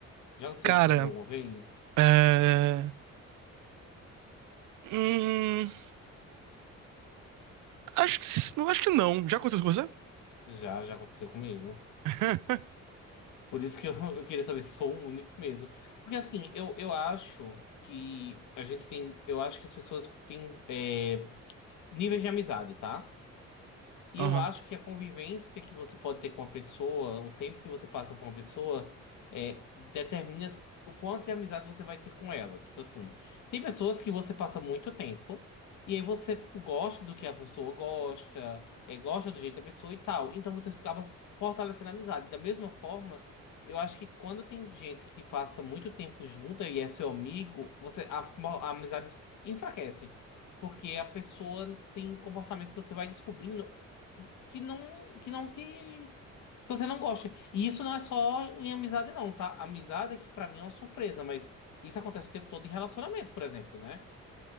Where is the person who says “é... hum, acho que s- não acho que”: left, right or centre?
Right